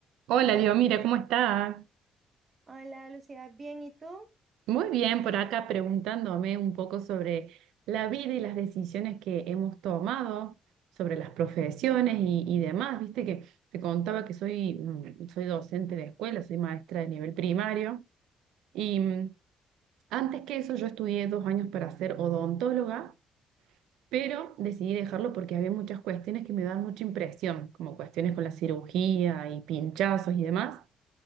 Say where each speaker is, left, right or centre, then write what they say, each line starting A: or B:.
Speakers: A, on the right (about 80°); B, on the right (about 40°).
A: Hola, Dios, mira, ¿cómo está?
B: Hola Lucía, bien, ¿y tú?
A: Muy bien, por acá preguntándome un poco sobre la vida y las decisiones que hemos tomado, sobre las profesiones y, y demás. Viste que te contaba que soy, mm, soy docente de escuela, soy maestra de nivel primario y mm, antes que eso yo estudié dos años para ser odontóloga, pero decidí dejarlo porque había muchas cuestiones que me daban mucha impresión, como cuestiones con la cirugía y pinchazos y demás.